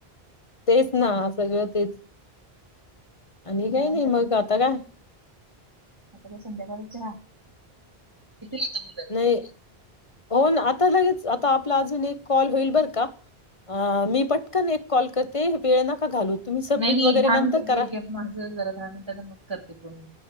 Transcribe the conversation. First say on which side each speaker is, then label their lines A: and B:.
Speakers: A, on the left (about 30°); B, on the right (about 25°).
A: तेच ना सगळं तेच आणि
B: मुलांसाठी
A: काही नाही मग आता का
B: आता ते संध्याकाळीच चहा आता मुलं
A: नाही हो ना आता लगित आता आपला अजून एक कॉल होईल बर का मी पटकन एक कॉल करते वेळ नका घालवू. तुम्ही सबमिट
B: नाही नाही
A: वगैरे
B: एक दहा मिनिटं
A: नंतर
B: ब्रेक
A: करा.
B: घ्या माझं जरा दहा मिनिटाने मग करते पण